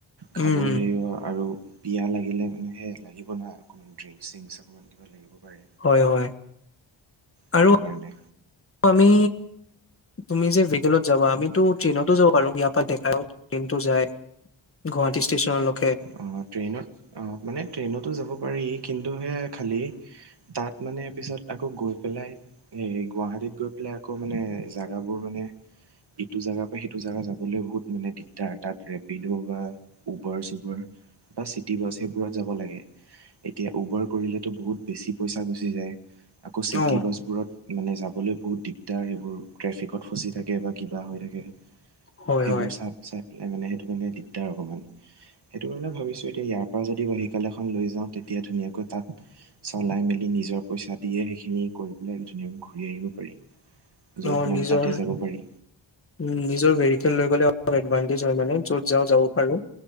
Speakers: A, on the right; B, on the left.
A: খাব
B: উম
A: লাগিব আৰু পিয়াহ লাগিলে, মানে সেহ লাগিব না অকমান ড্ৰিংকচ-চিংকস অকমান কিবা লাগিব। পাৰে
B: হয়, হয়
A: সেইটো
B: আৰু
A: কাৰণে
B: আমি তুমি যে ভিহিকেলত যাবা। আমিতো ট্ৰেইনতো যাব পাৰু ইয়াৰ পৰা ডেকাও ট্ৰেইনতো যায়, গুৱাহাটী ষ্টেচনলৈকে।
A: অ', ট্ৰেইনত অ', মানে ট্ৰেইনতো যাব পাৰি। কিন্তু সেয়া খালী তাত মানে পিছত আকৌ গৈ পেলাই। এই গুৱাহাটীত গৈ পেলাই, আকৌ মানে জাগাবোৰ মানে ইটো জেগাৰ পৰা সিটো জেগা যাবলৈ বহুত, মানে দিগদাৰ তাত ৰেপিডো বা উবাৰ-চুবাৰ বা চিটি বাছ সেইবোৰত যাব লাগে। এতিয়া উবাৰ কৰিলেটো বহুত বেছি পইচা গুচি যায়। আকৌ চিটি
B: অ
A: বাছবোৰত মানে, যাবলৈ বহুত দিগদাৰ সেইবোৰ, ট্ৰেফিকত ফচি থাকে বা কিবা হৈ থাকে।
B: হয়
A: সেইবোৰ
B: হয়
A: চাব-চাই পেলাই মানে, সে টো, মানে দিগদাৰ অকণমান। সেইটো কাৰণে ভাবিছোঁ, এতিয়া ইয়াৰ পৰা যদি ভিহিকেল এখন লৈ যাওঁ, তেতিয়া ধুনীয়াকৈ তাত চলাই মেলি নিজৰ পইচা দিয়ে, সেইখিনি কৰি পেলাই ধুনীয়াকৈ ঘূৰি আহিব পাৰি। যত
B: অ
A: মন
B: নিজৰ
A: তাতেই যাব পাৰি।
B: নিজৰ ভেৰিকেল লৈ গ'লে অলপ এডভানটেজ হয় মানে, য'ত যাওঁ যাব পাৰো।